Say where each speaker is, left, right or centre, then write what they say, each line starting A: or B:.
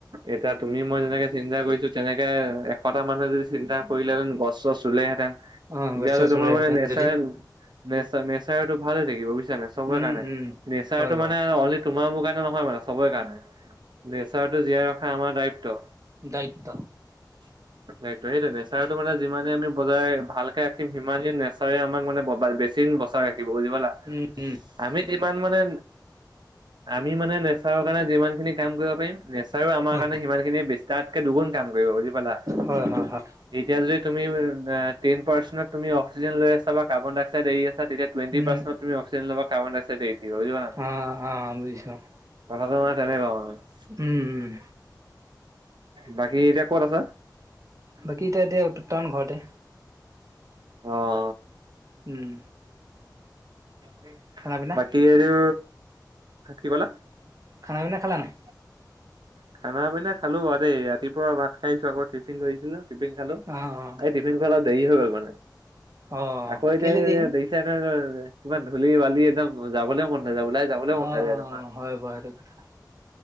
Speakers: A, on the right; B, on the right.
A: এতিয়া তুমি মই যেনেকে চিন্তা কৰিছো, তেনেকে এশটা মানুহে যদি চিন্তা কৰিলে হন গছ-চছ ৰুলেহেতেন,
B: অ',
A: তেতিয়য়াহ'লে
B: গছ চছ
A: তোমাৰ
B: ৰুলেহেঁতেন
A: মানে নেচাৰেল
B: যদি,
A: নেচ- নেচাৰটো ভালে থাকিব বুজিছা নাই, চবৰে
B: উম,
A: কাৰণে।
B: উম।
A: নেচাৰটো
B: হয় বাৰু,
A: মানে আৰু অনলী তোমাৰ মোৰ কাৰণে নহয় মানে চবৰেই কাৰণে নেচাৰটো জীয়াই ৰখা আমাৰ দায়িত্ব।
B: দায়িত্ব।
A: <inaudible> সেইটো নেচাৰটো মানে যিমানে আমি বজাৰ ভালকে ৰাখিম সিমানেই নেচাৰ আমাক মানে বেছিদিন ৰাখিব বুজি পালা।
B: উম উম।
A: আমি যিমান মানে আমি মানে নেচাৰৰ কাৰণে যিমান খিনি কাম কৰিব পাৰিম নেচাৰও আমাৰ
B: অ',
A: কাৰণে সিমান খিনি বিস্তাতকে দুগুণ কাম কৰিব বুজি পালা।
B: হয়, হয়, হয়,
A: এতিয়া যদি তুমি টেন পাৰ্চেন্টত তুমি অক্সিজেন লৈ আছা বা কাৰ্বন ডাই অক্সাইড এৰি আছা তেতিয়া টুৱেন্টি
B: উম,
A: পাৰ্চত তুমি অক্সিজেন লবা কাৰ্বন ডাই অক্সাইড এৰি দিবা বুজি পালা।
B: অ', অ', বুজিছোঁ,
A: কথাটো মানে তেনেকুৱা মানে।
B: উম উম।
A: বাকী এতিয়া ক'ত আছ?
B: বাকী এতিয়া এতিয়া উত্তান ঘৰতে।
A: অ।
B: উম।
A: <unintelligible>
B: খানা পিনা?
A: কি এইটো কি কলা।
B: খানা পিনা খালা নাই।
A: খানা পিনা খালো বা দেই ৰাতিপুৱা ভাত খাই আহিছো আকৌ টিফিন লৈ আহিছিলো টিফিন খালো।
B: অ', অ'।
A: টিফিন খোৱা অলপ দেৰি হৈ গ'ল মানে
B: অ
A: আকৌ এতিয়া
B: কেলে দেই হ'ল
A: দে এতিয়া ধৰ কিমান ধূলি বালি একদম যাবলে মন নাযায় ওলাই যাবলৈ মন
B: অ',
A: নাযায়
B: অ',
A: তোমাৰ
B: হয় বাৰু সেইটো কথা।